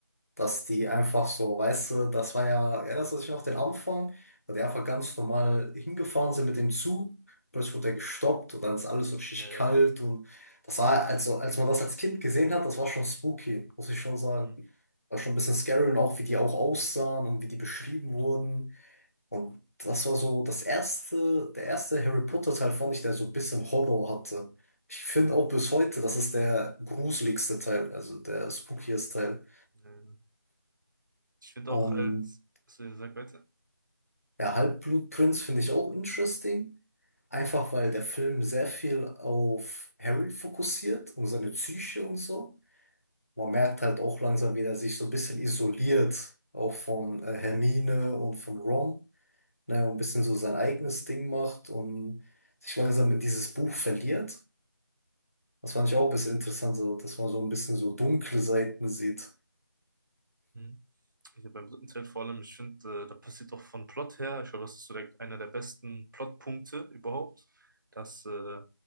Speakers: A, on the left; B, on the right.
A: dass die einfach so, weißt du, das war ja, erinnerst du dich noch den Anfang, weil die einfach ganz normal hingefahren sind mit dem Zug, plötzlich wurde er gestoppt und dann ist alles so richtig
B: äh,
A: kalt und das war, also als man das als Kind gesehen hat, das war schon spooky, muss ich schon sagen.
B: hm,
A: War schon ein bisschen scary und auch wie die auch aussahen und wie die beschrieben wurden und das war so das erste, der erste Harry Potter Teil fand ich, der so ein bisschen Horror hatte. Ich finde
B: hm,
A: auch bis heute, das ist der gruseligste Teil, also der spookieste Teil.
B: äh, Ich finde
A: Und
B: auch halt, also sag weiter.
A: Der Halbblutprinz finde ich auch interesting. Einfach weil der Film sehr viel auf Harry fokussiert und seine Psyche und so. Man merkt halt auch langsam, wie er sich so ein bisschen isoliert, auch von äh, Hermine und von Ron, ne, und ein bisschen so sein eigenes Ding macht und sich langsam in dieses Buch verliert. Das fand ich auch ein bisschen interessant, so, dass man so ein bisschen so dunkle Seiten sieht.
B: Hm. Also beim dritten Teil vor allem, ich finde, äh, da passiert auch von Plot her, ich glaube, das ist so der, einer der besten Plotpunkte überhaupt, dass äh,